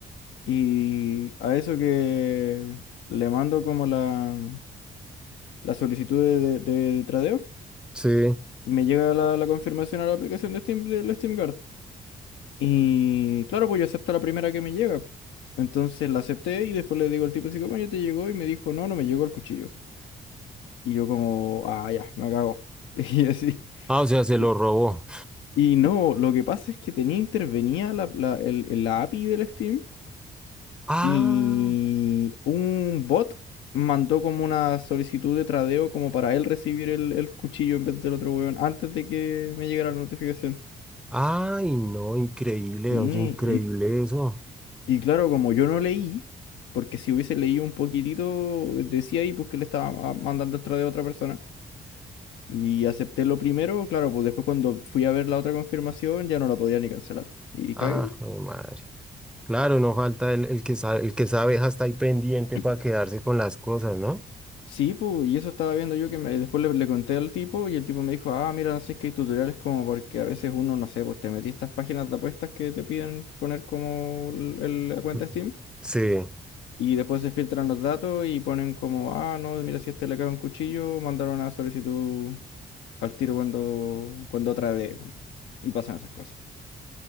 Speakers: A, on the left; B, in the centre.
A: y a eso que le mando como la, la solicitud de de- de tradeo.
B: sí.
A: Y me llega la, la confirmación a la aplicación de Steam, de la Steam Card. Y claro, pues yo acepto la primera que me llega. Entonces la acepté y después le digo al tipo así como, ya te llegó y me dijo, no, no me llegó el cuchillo. Y yo como, ah, ya, me cago. <laughs> Y así.
B: Ah, o sea, se
A: Y,
B: lo robó.
A: y no, lo que pasa es que tenía intervenía la, la, el- el- la API del Steam
B: Ah,
A: y un bot mandó como una solicitud de tradeo como para él recibir el, el cuchillo en vez del otro weón antes de que me llegara la notificación.
B: ay, no, increíble,
A: Sí,
B: oye, increíble
A: y
B: eso.
A: Y claro, como yo no leí, porque si hubiese leído un poquitito, decía ahí pues que le estaba ah, mandando el de otra persona. Y acepté lo primero, claro, pues después cuando fui a ver la otra confirmación ya no la podía ni cancelar. Y
B: Ah,
A: cagué, ¿no?
B: jue madre. Claro, no falta el, el que sabe, el que sabe hasta ahí pendiente
A: <clears throat>
B: para quedarse con las cosas, ¿no? <clears throat>
A: Sí, pues, y eso estaba viendo yo que me- después le, le conté al tipo y el tipo me dijo, ah, mira, no sé, es que hay tutoriales como porque a veces uno, no sé, pues te metí a estas páginas de apuestas que te piden poner como el- el- la cuenta
B: Mm.
A: Steam
B: Sí,
A: Y después se filtran los datos y ponen como, ah, no, mira, si a este le cae un cuchillo, mandaron una solicitud al tiro cuando, cuando otra de... Y pasan esas cosas.